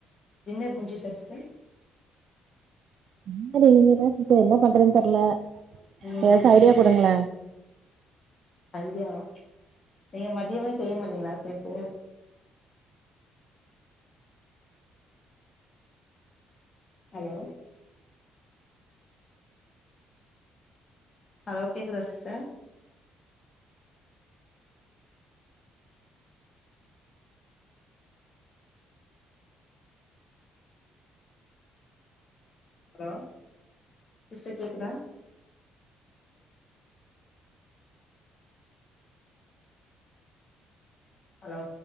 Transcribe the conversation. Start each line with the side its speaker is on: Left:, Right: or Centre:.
Left: டின்னர் முட்ஞ்சுச்சா சிஸ்டர்
Right: இல்ல சிஸ்டர் இனிமேதா சிஸ்டர் என்ன பண்றதுண் தெர்ல்ல
Left: ம்
Right: ஏதாச்சு ஐடியா குடுங்களே
Left: ஐடியாவா நீங்க மதியமே செய்ய மாட்டீங்ளா சேத்து ஹலோ ஹலோ கேக்குதா சிஸ்டர் ஹலோ சிஸ்டர் கேக்குதா ஹலோ